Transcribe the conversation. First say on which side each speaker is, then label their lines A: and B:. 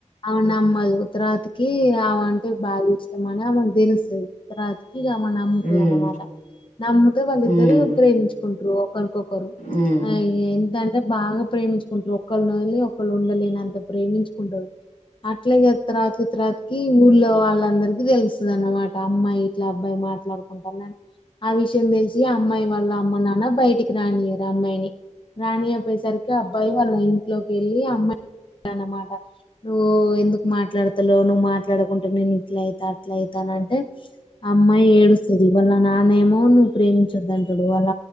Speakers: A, on the left; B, on the left.
A: అ నమ్మదు తరాతికి ఆమెంటే బాగ మన ఆమెకు తెలుస్తది రా ఇగా ఆమ నమ్ముతనమాట
B: హ్మ్ హ్మ్
A: నమ్ముతే వాళ్ళిద్దరు
B: హ్మ్
A: ప్రేమించుకుంటు రోప్ ఒకరికొకరు
B: హ్మ్ హ్మ్ హ్మ్ హ్మ్ హ్మ్ హ్మ్ హ్మ్ హ్మ్ హ్మ్ హ్మ్ హ్మ్ హ్మ్
A: ఆ ఎంత భాగ ప్రేమించుకుంటరు ఒక్కల్ని వదిలి ఉండలేనంత ప్రేమించుకుంటారు అట్లా తర్వాతకి తర్వాతకి ఊళ్ళో వాళ్ళందరికి తెలుస్తుంది అన్నమాట అమ్మాయి ఇట్లా అబ్బాయి మాట్లాడుకుంటారుని ఆ విషయం తెలిసి అమ్మాయి వాళ్ళ అమ్మ నాన్న బయటికి ఇ రానియరు అమ్మాయిని రాణియక పోయేసరికి అబ్బాయి వాళ్లంటి లోకి అమ్మాయి అన్నమాట నువ్వు ఎందుకు మాట్లాడతాలో నువ్వు మాట్లాడకుంటే నేను ఇట్ల అయితా అట్లా అయితాన అంటే అమ్మాయి ఏడుస్తది వల్ల నాన్నేమో నువ ప్రేమ ఉంచొద్దంటాడు అళ్